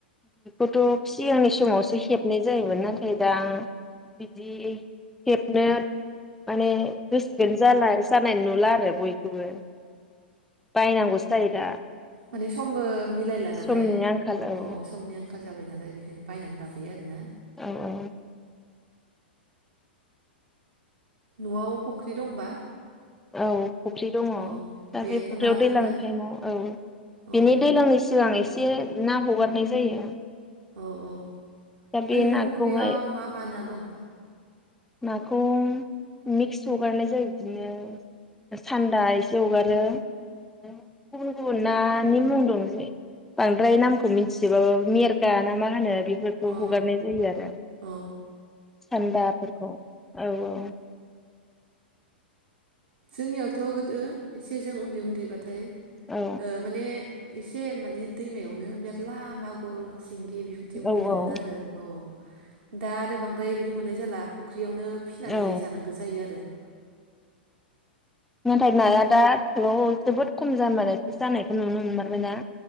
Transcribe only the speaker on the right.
माने समबो मिलायला
नालाय
अ समनि आंखाल जाबाय नालाय बेखायनो बायनानै लाबोयो आरोना।
न'आव फुख्रि दंबा
अ
बेहायथ'
ना
दंना
अ
औ औ।
ओरैनो
फुख्रियाव मा मा ना दं?
औ
औ
जोंनियावथ' गोदो एसे जों उन्दै उन्दैबाथाय,
ओ माने एसे माने दैमायावनो मेरला मागुर सिंगि बेफोरदि
मोनोमोन
आरो ओ। दा आरो बांद्राय बिदि मोननाय जाला फ ओंख्रियावनो फिनानै
जानांगौ जायो आरो।
फख